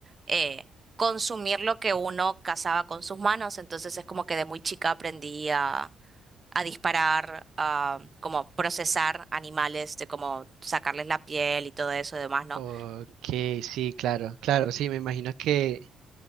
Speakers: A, on the right; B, on the right.
A: eh, consumir lo que uno cazaba con sus manos. Entonces es como que de muy chica aprendí a, a disparar, a como procesar animales, de cómo sacarles la piel y todo eso y demás, ¿no?
B: Ok, sí, claro, claro, sí, me imagino que,